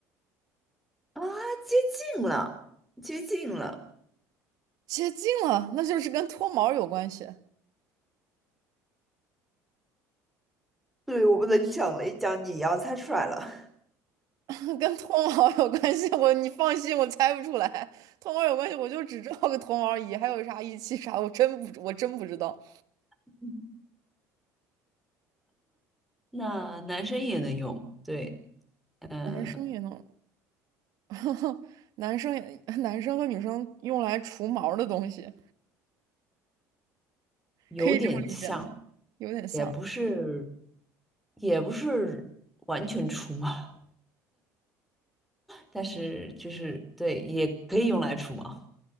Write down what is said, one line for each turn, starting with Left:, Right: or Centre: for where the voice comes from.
Centre: 啊，接近了，接近了。
Right: 接近了，那就是跟脱毛有关系，
Centre: 对，我不能讲了，一讲你要猜出来了。
Right: <laughs> 跟脱毛有关系。我你放心，我猜不出来，脱毛有关系，我就只知道个脱毛仪，还有啥仪器啥，的，我真不我真不知道。
Centre: <laughs> 那男生也能用，对，嗯、
Right: 男生也弄，<laughs> 男生也 <laughs> 男生和女生用来除毛的东西，
Centre: 有点像，
Right: 可以这么理解吗？有点像，
Centre: 也不是，也不是完全出嘛。但是就是对，也可以用来除毛